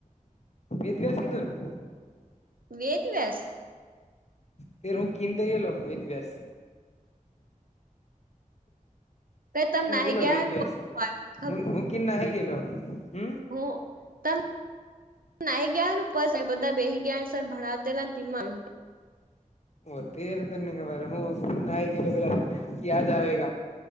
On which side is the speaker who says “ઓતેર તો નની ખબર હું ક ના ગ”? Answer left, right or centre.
Left